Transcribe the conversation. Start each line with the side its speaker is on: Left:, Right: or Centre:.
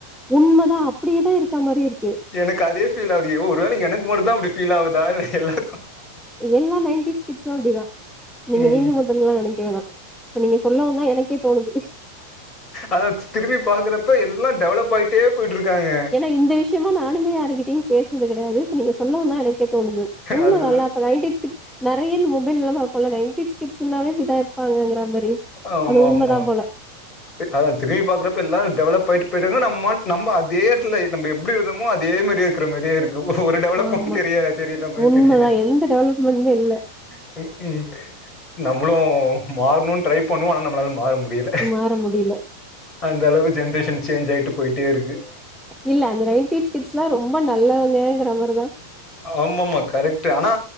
Centre: உண்மதா அப்டியேதா இருக்க மாரி இருக்கு
Left: எனக்கு அதே ஃபீல் ஆவுது யோ ஒரு வேள எனக்கு மட்டுந்தா அப்டி ஃபீல் ஆவுதா இல்ல எல்லாருக்கு
Centre: எல்லா நைன்டிஸ் கிட்ஸு அப்டிதா நீங்க
Left: ம்
Centre: நீங்க மட்டுன்லா நெனைக்க வேணா இப்ப நீங்க சொல்லவுந்தா எனக்கே தோணுது
Left: அத திரும்பி பாக்கறப்ப எல்லா டெவலப்பாயிட்டே போயிட்ருக்காங்க
Centre: ஏன்னா இந்த விஷயமா நானுமே யாருகிட்டயு பேசுனது கெடையாது இப்ப நீங்க சொல்லவுந்தா எனக்கே தோணுது உண்மதால்ல
Left: அதுதா
Centre: நைன்ட்டிஸ் கிட்ஸ் நறைய இந்த மொபைல் இல்லாம அப்போலா நைட்டிஸ் கிட்ஸ்னாவே இப்டிதா இருப்பாங்கங்ற மாரி
Left: ஆமா
Centre: அது உண்மதா
Left: ஆமா
Centre: போல
Left: அத திரும்பி பாக்குறப்ப எல்லாரு டெவலப் ஆயிட்டு போய்ரங்க நம்ம நம்ம அதே இடத்துல நம்ப எப்டி இருந்தமோ அதே மாரியே இருக்கறமாரியே இருக்கு ஒரு டெவளப்பு
Centre: ஆமா
Left: தெரியா தெரி <unintelligible>
Centre: உண்மதா எந்த டெவலப்மெண்ட்டுமே இல்ல
Left: ம்கும் நம்மளு மாறணுனு ட்ரை பண்ணுவோ ஆனா நம்மளால மாற முடில
Centre: மாற முடில
Left: அந்த அளவு ஜென்ரேஷன் சேஞ்ச் ஆயிட்டு போயிட்டே இருக்கு
Centre: இல்ல அந்த நைன்டிஸ் கிட்ஸ்ல்லா ரொம்ப நல்லவங்கங்கற மாரிதா
Left: ஆமா ஆமா கரெக்ட் ஆனா